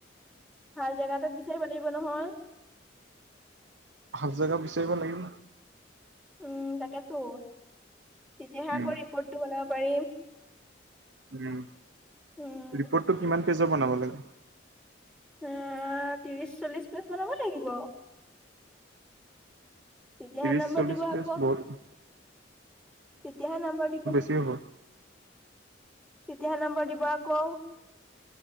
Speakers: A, in the centre; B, on the right (about 70°).
A: ভাল জেগা এটাত বিচাৰিব লাগিব নহয়?
B: ভাল জেগা বিচাৰিব লাগিব।
A: উম তাকেতো তেতিয়াহে
B: উম,
A: আকৌ ৰিপৰ্টটো বনাব পাৰিম
B: উম
A: উম
B: ৰিপৰ্টটো কিমান পেজৰ বনাব লাগিব
A: এ ত্ৰিশ চল্লিশ পেজ বনাব লাগিব তেতিয়াহে
B: ত্ৰিশ
A: নম্বৰ
B: চল্লিশ
A: দিব আকৌ
B: পেজ বহুত
A: তেতিয়াহে নম্বৰ দিব
B: কি হ'ব
A: তেতিয়াহে নাম্বৰ দিব আকৌ